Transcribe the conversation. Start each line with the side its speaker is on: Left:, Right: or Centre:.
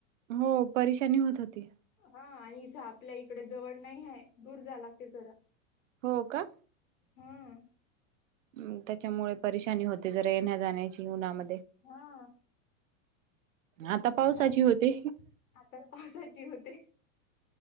Right: हो परेशानी होत होती.
Left: हा आणि इथ आपल्या इकडे जवड नाई हाय दूर जायला लागतय जरा.
Right: हो का
Left: हा
Right: हं त्याच्यामुळे परेशानी होते जरा येण्या जाण्याची उन्हा म
Left: हा.
Right: आता पावसाची
Left: आणि
Right: होते.
Left: आता पावसाची होते